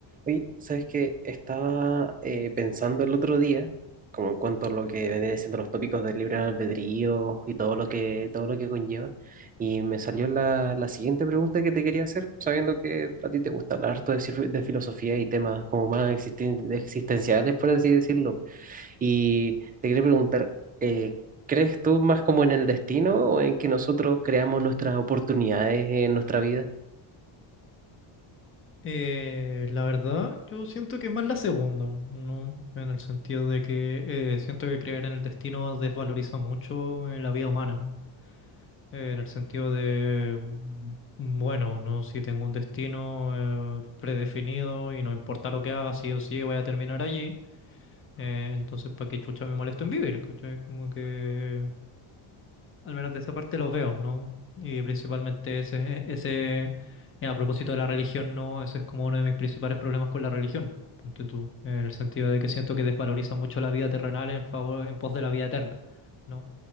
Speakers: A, on the right; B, on the left.
A: Oye, ¿sabes qué? Estaba eh, pensando el otro día, como en cuanto a lo que vendría siendo los tópicos del libre albedrío y todo lo que, todo lo que conlleva, y me salió la, la siguiente pregunta que te quería hacer, sabiendo que a ti te gusta hablar harto de, sif- de filosofía y temas como más existen- existenciales, por así decirlo. Y te quería preguntar, eh, ¿crees tú más como en el destino o en que nosotros creamos nuestras oportunidades en nuestra vida?
B: Eh, la verdad, yo siento que es más la segunda, ¿no? En el sentido de que eh, siento que creer en el destino desvaloriza mucho eh, la vida humana, ¿no? Eh, en el sentido de, mm, bueno, ¿no? Si tengo un destino eh, predefinido y no importa lo que haga, sí o sí voy a terminar allí, eh, entonces ¿para qué chucha me molesto en vivir? ¿cachai? Como que al menos de esa parte los veo, ¿no? Y principalmente ese, ese, y a propósito de la religión, ¿no? Ese es como uno de mis principales problemas con la religión, ponte tú, en el sentido de que siento que desvaloriza mucho la vida terrenal en favor, en pos de la vida eterna, ¿no?